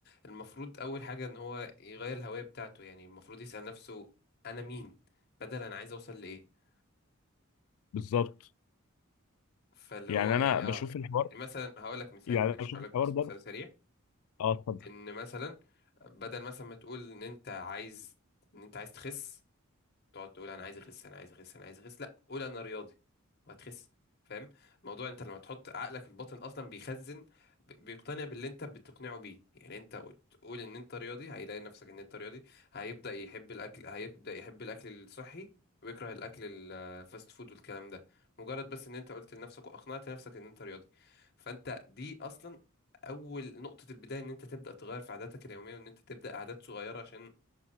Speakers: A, on the left; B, on the left.
A: المفروض اول حاجه ان هو يغير الهويه بتاعته يعني المفروض يسال نفسه انا مين بدل انا عايز اوصل لايه
B: بالظبط
A: فاللي
B: يعني
A: هو يعني
B: انا بشوف
A: اه
B: الحوار
A: يعني مثلا هقول لك مثال
B: يعني
A: معلش
B: انا بشوف
A: هقول
B: الحوار
A: لك بس
B: ده
A: مثال سريع
B: اه اتفضل
A: ان مثلا بدل مثلا ما تقول ان انت عايز ان انت عايز تخس تقعد تقول انا عايز اخس انا عايز اخس انا عايز اخس لا قول انا رياضي وهتخس فاهم الموضوع انت لما تحط عقلك الباطن اصلا بيخزن ب- بيقتنع باللي انت بتقنعه بيه يعني انت تقول ان انت رياضي هيلاقي نفسك ان انت رياضي هيبدأ يحب الاكل هيبدأ يحب الاكل الصحي ويكره الاكل الفاست فود والكلام ده مجرد بس ان انت قلت لنفسك واقنعت نفسك ان انت رياضي فانت دي اصلا اول نقطة البداية ان انت تبدأ تغير في عاداتك اليومية وان انت تبدأ عادات صغيرة عشان